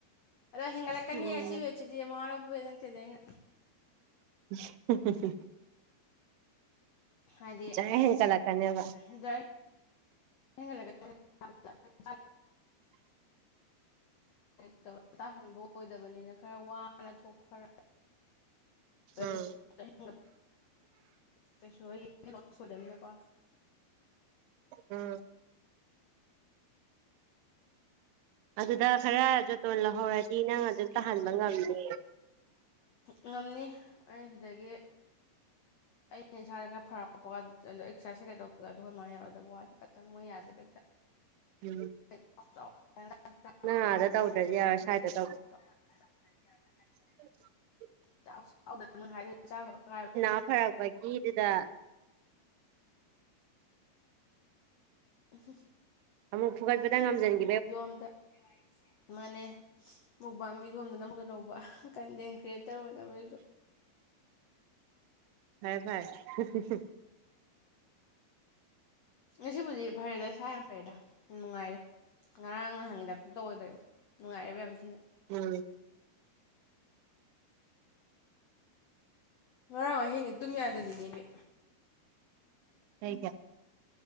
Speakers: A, on the left; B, on the right.
A: ꯑꯗꯣ ꯍꯦꯟꯒꯠꯂ ꯀꯅꯤ
B: ꯎꯝ
A: ꯑꯁꯤ ꯋꯦꯠꯁꯤꯗꯤ ꯃꯋꯥ ꯂꯧꯕꯤꯕꯖꯥꯠ ꯅꯇꯦꯗ ꯑꯩꯅ
B: <unintelligible>
A: ꯍꯥꯢꯗꯤ
B: ꯖꯔ
A: <unintelligible>
B: ꯍꯦꯟꯀꯠꯂꯛꯀꯅꯦꯕ
A: <inaudible> ꯍꯦꯟꯒꯠꯂꯛꯀꯅꯤ <unintelligible> <inaudible> ꯇꯥꯍꯟꯕ ꯑꯣꯏꯗꯕꯅꯤꯅ ꯈꯔ ꯋꯥꯅ ꯊꯣꯛ ꯈꯔ
B: ꯎꯝ
A: <unintelligible> <inaudible> ꯀꯩꯁꯨ ꯑꯩꯒꯤ ꯁꯨꯗꯝꯅꯤꯅꯀꯣ
B: ꯎꯝ ꯑꯗꯨꯗ ꯈꯔ ꯖꯨꯇꯣꯟ ꯂꯧꯍꯧꯔꯗꯤ ꯅꯪ ꯑꯗꯨꯝ ꯇꯥꯍꯟꯕ ꯉꯝꯅꯦ
A: ꯉꯝꯅꯤ ꯑꯩ ꯁꯤꯗꯒꯤ ꯑꯩ ꯏꯁꯥꯥꯁꯤ ꯈꯔ ꯐꯔꯛꯄ <unintelligible> ꯑꯦꯛꯁꯔꯁꯥꯏꯁ ꯀꯩ ꯀꯩ ꯇꯧꯕꯗ ꯈꯣꯃꯥꯍꯣꯢꯅ ꯌꯥꯔꯣꯏꯗꯧꯕ ꯋꯥ ꯈꯛꯇꯪ ꯃꯣꯏꯅ ꯌꯥꯗꯦꯕ ꯍꯦꯛꯇ
B: ꯎꯝ
A: <unintelligible>
B: ꯅꯪ ꯑꯥꯗ ꯇꯧꯗ꯭ꯔꯗꯤ ꯌꯥꯔꯣꯏ
A: <inaudible>
B: ꯁ꯭ꯋꯥꯏꯗ ꯇꯧꯕ <unintelligible>
A: ꯆꯥꯎ ꯆꯥꯎꯗꯅꯤ ꯃꯣꯢ ꯍꯥꯏꯗꯣꯢꯁꯤ ꯆꯥꯒꯅꯨꯗꯤ ꯍꯥꯢꯔꯣꯢ
B: ꯈꯥ ꯐꯔꯛꯄꯒꯤꯗꯨꯗ
A: <inaudible> <unintelligible>
B: ꯑꯃꯨꯛ ꯐꯨꯒꯠꯄꯗ ꯉꯝꯖ <unintelligible>
A: ꯌꯣꯝꯗ ꯃꯥꯅꯦ ꯃꯨꯛꯕꯥꯡ ꯚꯤꯗꯤꯌꯣ ꯅꯝꯃꯛꯀꯗꯧꯕ ꯀꯟꯗꯦꯟ ꯀ꯭ꯔꯤꯌꯦꯠ ꯇꯔ ꯑꯣꯅꯕ ꯑꯩꯁꯨ
B: ꯐꯔꯦ ꯐꯔꯦ <unintelligible>
A: ꯉꯁꯤꯕꯨꯗꯤ ꯐꯔꯦꯗ ꯏꯁꯥ ꯌꯥꯝ ꯐꯔꯦꯗ ꯌꯥꯝ ꯅꯨꯡꯉꯥꯏꯔꯦ ꯉꯔꯥꯡ ꯅꯍꯥꯟꯉꯤ ꯇꯥꯢꯞꯇ ꯇꯧ ꯑꯣꯢꯗ꯭ꯔꯦꯕ ꯅꯨꯡꯉꯥꯏꯔꯦꯕ ꯌꯥꯝ ꯊꯤꯅ
B: ꯎꯝ
A: ꯉꯔꯥꯡ ꯑꯍꯤꯡꯗꯤ ꯇꯨꯝ ꯌꯥꯗꯕꯤꯅꯦꯝꯃꯤ
B: ꯀꯩꯒꯤ